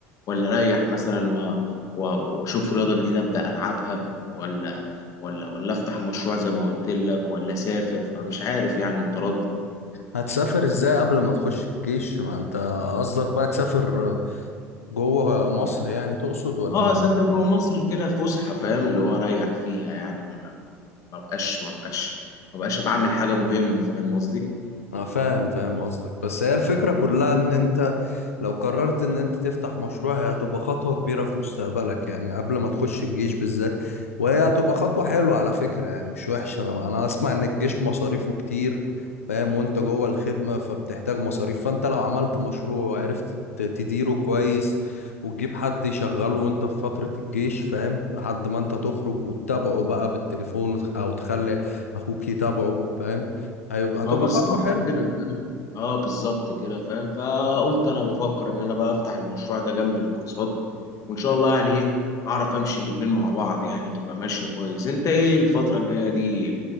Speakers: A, on the left; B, on the left.
A: ولا اريح مثلا و... و... واشوف رياضه جديده ابدا العبها ولا ولا ولا افتح مشروع زي ما قلت لك ولا اسافر فمش عارف يعني متردد
B: هتسافر ازاي قبل ما تخش الجيش ما انت قصدك بقى تسافر جوه مصر يعني تقصد ولا
A: اه اسافر جوه مصر كده فسحه فاهم اللي هو اريح فيها يعني ما ما- ما بقاش ما بقاش ما بقاش بعمل حاجه مهمه فاهم قصدي
B: أنا فاهم فاهم قصدك بس هي الفكرة كلها ان انت لو قررت ان انت تفتح مشروع هي هتبقى خطوة كبيرة في مستقبلك يعني قبل ما تخش الجيش بالذات وهي هتبقى خطوة حلوة على فكرة يعني مش وحشة انا اسمع ان الجيش مصاريفه كتير فاهم وانت جوه الخدمة فبتحتاج مصاريف فانت لو عملت مشروع وعرفت ت- تديره كويس وتجيب حد يشغله وانت في فترة الجيش فاهم لحد ما انت تخرج وتتابعه بقى بالتليفون او تخلي اخوك يتابعه فاهم هيبقى
A: ما
B: هتبقى
A: بالظبط
B: خطوة حلوة
A: كده فاهم اه بالظبط كده فاهم فقلت انا بفكر ان انا بقى افتح المشروع ده جنب الكورسات وان شاء الله يعني ايه اعرف امشي الاتنين مع بعض يعني تبقى ماشية كويس انت ايه الفترة الجاية دي